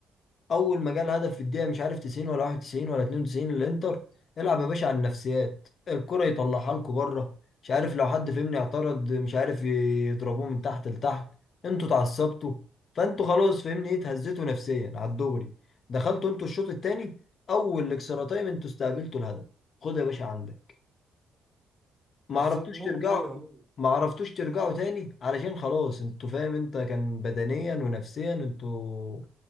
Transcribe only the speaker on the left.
اول ما جال هدف في الدقيقه مش عارف 90 ولا 91 ولا 92 الانتر العب يا باشا على النفسيات الكره يطلعها لكم بره مش عارف لو حد فهمني اعترض مش عارف يضربوه من تحت لتحت انتوا اتعصبتوا فانتوا خلاص فهمني ايه اتهزيتوا نفسيا على الدغري دخلتوا انتوا الشوط الثاني اول اكسترا تايم انتوا استقبلتوا الهدف خد يا باشا عندك ما
عرفتوش
ترجعوا
ما عرفتوش ترجعوا تاني علشان خلاص انتوا فاهم انت كان بدنيا ونفسيا انتوا